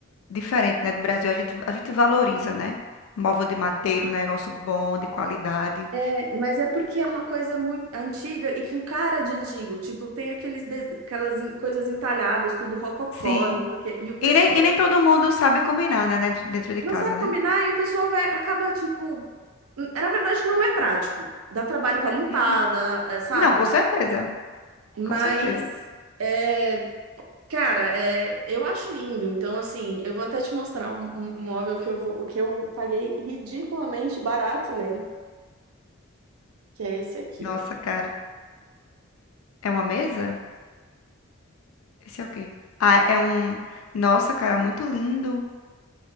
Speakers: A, on the left (about 85°); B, on the right (about 85°).
A: diferente, né, do Brasil. A gente, a gente valoriza, né? Móvel de madeira, um negócio bom, de qualidade.
B: É, mas é porque é uma coisa muito antiga e com cara de antigo. Tipo, tem aqueles de- aquelas en- coisas entalhadas, tudo rococó,
A: Sim.
B: não sei o quê. E o pessoal
A: E nem, e
B: aqui
A: nem todo mundo sabe combinar, né, dentro dentro de
B: não
A: casa,
B: sabe combinar
A: né?
B: e o pessoal vai, acaba, tipo... n- Na verdade, não é prático. Dá trabalho para limpar,
A: Uhum.
B: dá, é, sabe?
A: Não, com certeza.
B: Mas...
A: Com certeza.
B: é, Cara, é, eu acho lindo. Então, assim, eu vou até te mostrar um, um- um móvel que eu vou, que eu paguei ridiculamente barato nele, que é esse aqui,
A: Nossa,
B: ó.
A: cara. É uma mesa? Esse é o quê? Ah, é um. Nossa, cara, muito lindo.